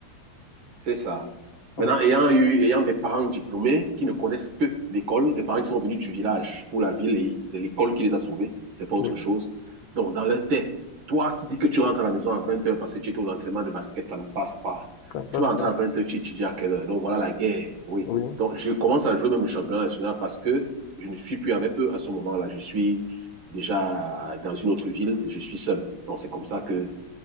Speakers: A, on the right; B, on the left.
A: C'est ça.
B: oui,
A: Maintenant, ayant eu, ayant des parents diplômés qui ne connaissent que l'école, des parents qui sont venus du village pour la ville et c'est l'école qui les a sauvés, c'est pas autre
B: oui.
A: chose. Donc, dans leur tête, toi qui dis que tu rentres à la maison à 20h parce que tu étais aux entraînements de basket, ça ne passe pas.
B: Ça ne passe
A: Tu vas rentrer
B: pas.
A: à 20h, tu étudies à quelle heure? Donc, voilà la guerre. Oui.
B: Oui.
A: Donc, je commence à jouer même le championnat national parce que je ne suis plus avec eux à ce moment-là. Je suis déjà dans une autre ville et je suis seul. Donc, c'est comme ça que,